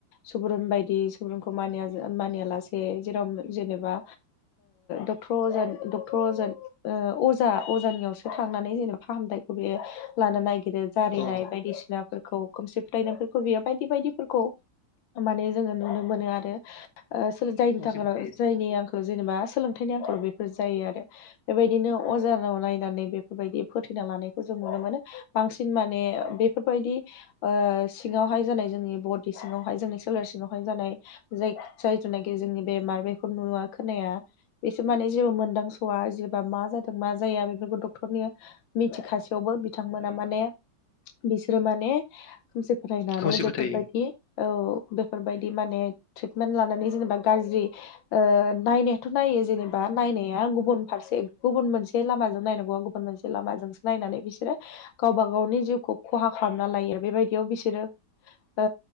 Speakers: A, on the left (about 85°); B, on the left (about 65°).
A: सुबुरुन बायदि सुबुरुनखौ मानिया मानियालासे जेराव जेनेबा डक्टर अज डक्टर अजन अजा अजानियावसो थांनानै जेनेबा फाहामथायखौ बे लानो नागिरो जारिनाय
B: औ
A: बायदिसिना फोरखौ खोमसि फरायनायफोरखौ बियो बायदि बायदिफोरखौ माने जोङो नुनो मोनो आरो जायनि
B: खोमसि
A: थाखाय
B: फोथायो
A: जायनि आंखाल जेनेबा सोलोंथाइनि आंखालाव बेफोर जायो आरो बेबायदिनो अजाराव नायनानै बेफोरबायदि फोथैना लानायखौ जों नुनो मोनो बांसिन माने बेफोरबायदि सिङावहाय जानाय जोंनि बरड सिङावहाय जोंनि सोलेर सिङाव जानाय जाय जायथुनाखि जोंनि बेमार बेखौ नुव खोनाया बिसोर माने जेबो मोनदांसआ जेबा मा जादों मा जाया बेफोरखौ डक्टरनि मिथिखासेयावबो बिथांमोना माने बिसोरो माने खोमसि फरायनानै
B: खोमसि
A: बेफोरबायदि
B: फोथायो
A: औ बेफोरबायदि माने ट्रिटमेन्ट लानानै जेनेबा गाज्रि ओ नायनो थ' नायो जेनेबा नायनाया गुबुन फारसे गुबुन मोनसे लामाजों नायनांगौ गुबुन मोनसे लामाजोंसो नायनानै बिसोरो गावबाव गावनि जिउखौ खहा खालामना लायो आरो बेबायदियाव बिसोरो ओ